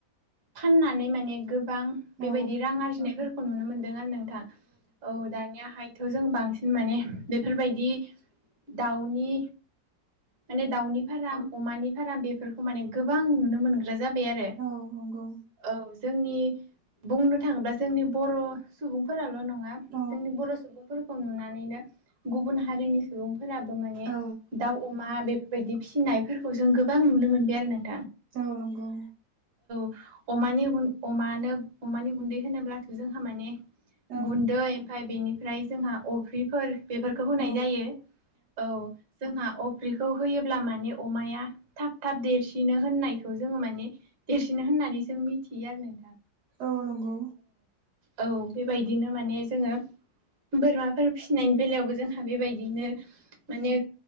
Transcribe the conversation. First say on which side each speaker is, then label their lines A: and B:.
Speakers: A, on the right; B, on the right.
A: फाननानै माने गो बां
B: औ
A: बेबायदि रां आरजिनायफोरखौ नुनो मोनदों आरो नोंथां औ दानियाहाय थ जों बांसिन माने बेफोरबायदि दाउनि माने दाउनि फार्म अमानि फार्म बेफोरखौ माने गोबां नुनो मोनगोन। ग्रा जाबाय आरो
B: औ नंगौ
A: औ। जोंनि बुंनो थाङोबा जोंनि बर' सुबुंफोराल' नं नङा
B: औ
A: जोंनि बर' सुबुंफोरखौ नुनानैनो गुबुन हारिनि सुबुं। फोराबो माने
B: औ
A: दाउ अमा बेफोरबायदि फिनायफोरखौ जों गोबां नुनो मोनबाय आरो नों
B: औ नंगौ।
A: अमानि गुन अमानो अमानि गुन्दै होनोब्लाथ' जोंहा माने
B: औ
A: गुन्दै ओमफाय बेनिफ्राय जोंहा अफ्रिफोर। बेफोरखौ होनाय
B: औ
A: जायो औ जोंहा‌ आब फुख्रिखौ होयोब्ला माने अमाया थाब थाब देरसिनो होननायखौ जोङो माने। देरसिनो होननानै जों मिथियो आरो नों
B: औ नंगौ।
A: औ बेबायदिनो माने जोङो बोरमाफोर फिसिनायनि बेलायावबो जोंहा। बेबायदिनो माने।